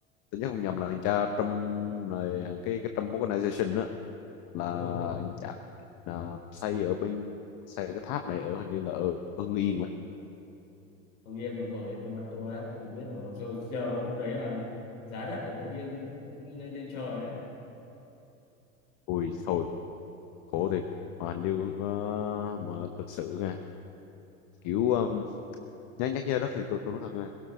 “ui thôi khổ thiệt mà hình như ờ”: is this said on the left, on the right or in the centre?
Left